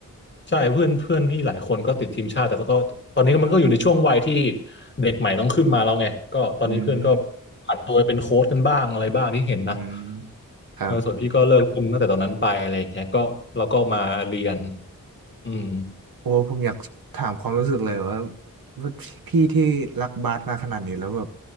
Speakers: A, on the left; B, on the right.
A: ใช่เพื่อนเพื่อนพี่หลายคนก็ติดทีมชาติแต่ก็ตอนนี้มันก็อยู่ในช่วงวัยที่เด็กใหม่ต้องขึ้นมาแล้วไงก็ตอนนี้เพื่อนก็
B: อืม
A: ผันตัวไปเป็นโค้ชกันบ้างอะไรบ้างที่เห็นนะ
B: อืมครับ
A: เออส่วนพี่ก็เลิกเล่นตั้งแต่ตอนนั้นไปอะไรอย่างเงี้ยก็เราก็มาเรียนอืม
B: โอ้ผมอยากถามความรู้สึกเลยว่าว่าพี่ที่รักบาสมาขนาดนี้แล้วแบบ